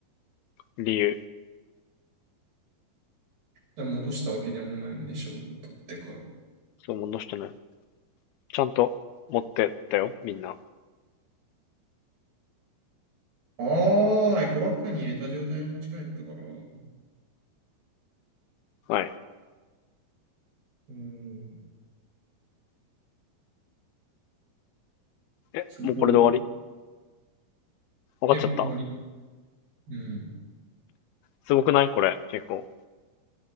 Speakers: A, on the left; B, on the right.
A: 理由。
B: でも戻したわけでもないんでしょう。取ってから。
A: そう、戻してない。ちゃんと持ってったよ、みんな。
B: ああ、エコバッグに入れた状態で持ち帰ったから。う
A: はい。
B: ーん、
A: え、
B: すごい。
A: もうこれで終わりわかっちゃった。
B: え、終わりうん。
A: すごくないこれ、結構。